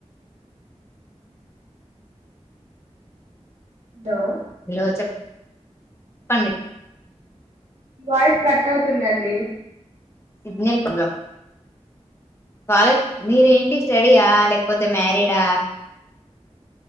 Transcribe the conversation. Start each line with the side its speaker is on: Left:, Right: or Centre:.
Right: తింటావా
Left: హలో చె చెప్పండి
Right: వాయిస్ కట్ అవుతుందండి
Left: సిగ్నల్ ప్రాబ్లం కాలేజ్ మీరేంటి స్టడీయా లేకపోతే మ్యారీడా